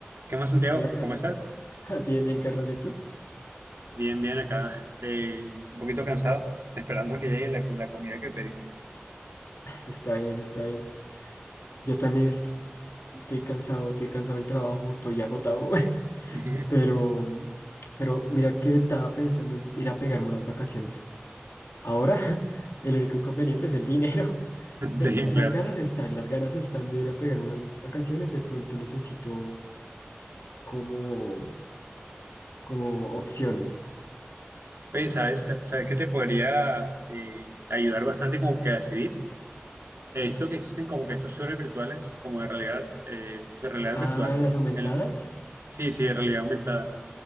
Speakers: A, on the right (about 80°); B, on the left (about 80°).
A: ¿Qué más, Santiago?
B: Hola Carlos.
A: ¿Cómo estás?
B: <laughs> Bien, bien Carlos, ¿y tú?
A: Bien, bien, acá. eh, un poquito cansado, <laughs> esperando que llegue la, la comida que pedí.
B: Eso está bien, eso está bien. Yo también est- estoy cansado, estoy cansado del trabajo, estoy agotado, <laughs>
A: <laughs>
B: pero, pero mira que estaba pensando en ir a pegarme unas vacaciones. Ahora, <laughs> el único inconveniente es el dinero. <laughs> Pe-
A: Sí,
B: Las
A: claro.
B: ganas están, las ganas están de ir a pegar unas vacaciones, de pronto necesito como, como opciones.
A: Oye, ¿sabes, sabes que te podría eh, ayudar bastante como que a decidir? He
B: ¿Qué
A: visto
B: cosa?
A: que existen como que estos tours virtuales, como de realidad, eh, de realidad
B: Ah,
A: virtual.
B: las aumentadas,
A: El, sí, sí, de realidad aumentada.